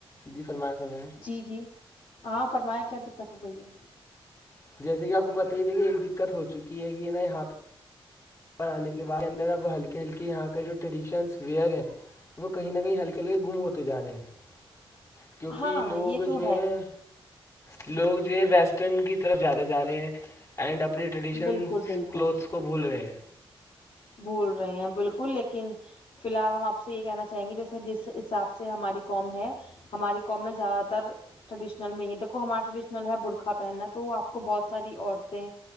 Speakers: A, on the left; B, on the left.
A: جی فرمائیں فرمائیں
B: جی جی ہاں فرمائیں کیا دقت ہو گئی ہے
A: جیسے کہ آپ کو بت ہی تھاے کہ ایک دقت ہو چکی ہے کہاتھ پر آنے کے بعد اندر اب ہلکے ہلکے یہاں کا جو ٹریڈیشنس ویئر ہے وہ کہیں نہ کہیں ہلکے ہلکے گم ہوتے جا رہے ہیں کیونکہ
B: ہاں
A: لوگ
B: یہ تو
A: جو ہے لوگ جو ہے ویسٹرن کی طرف جیادہ جا رہے ہیں اینڈ اپنے ٹریڈیشنس
B: بالکل بالکل
A: کلوتھس کو بھول رہے ہیں
B: بھول رہے ہیں بالکل لیکن فی الحال ہمپ سے یہ کہنا چاہیں گے جیسے جس حساب سے ہماری قوم ہے ہماری قوم میں زیادہ تر ٹریڈیشنل میں ہی ہے دیکو ہمارا ٹریڈیشنل ہے برخہ پہننا تو آپ کو بہت ساری عورتیں